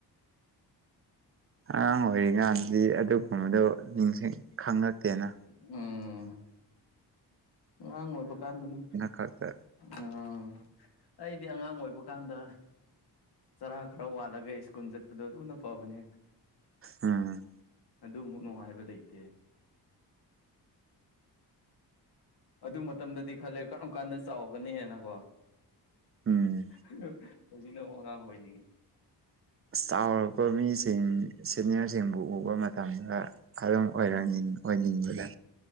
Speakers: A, on the right (about 35°); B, on the left (about 65°).
A: ꯑꯉꯥꯡ ꯑꯣꯏꯔꯤ ꯀꯟꯗꯗꯤ ꯑꯗꯨ ꯃꯗꯣ ꯅꯤꯡꯁꯤꯡ ꯈꯪꯉꯛꯇꯦꯅ
B: ꯎꯝ ꯑꯉꯥꯡ ꯑꯣꯏꯕ ꯀꯥꯟꯗ ꯗꯨꯝ
A: ꯈꯛꯇ
B: ꯎꯝ ꯑꯩꯗꯤ ꯑꯉꯥꯡ ꯑꯣꯏꯕ ꯀꯥꯟꯗ ꯆꯔꯥ ꯈꯔ ꯋꯥꯠꯂꯒ ꯁ꯭ꯀꯨꯜ ꯆꯠꯄꯗꯣ ꯑꯗꯨꯅ ꯐꯕꯅꯦ
A: ꯎꯝ
B: ꯑꯗꯨꯃꯨꯛ ꯅꯨꯡꯉꯥꯏꯕ ꯂꯩꯇꯦ ꯑꯗꯨ ꯃꯇꯝꯗꯗꯤ ꯈꯜꯂꯦ ꯀꯔꯝ ꯀꯥꯟꯗ ꯆꯥꯎꯒꯅꯤꯅꯀꯣ
A: ꯎꯝ
B: <unintelligible> ꯍꯧꯖꯤꯛꯅ ꯑꯃꯨꯛ ꯑꯉꯥꯡ ꯑꯣꯏꯅꯤꯡꯉꯤ
A: ꯑꯁ ꯆꯥꯎꯔꯛꯄ ꯃꯤꯁꯤꯡ ꯁꯦꯅꯤꯌꯔꯁꯤꯡꯕꯨ ꯎ ꯎꯕ ꯃꯇꯝꯗ ꯑꯗꯨꯝ ꯑꯣꯏꯔꯅꯤꯡ ꯑꯣꯏꯅꯤꯡꯕꯗ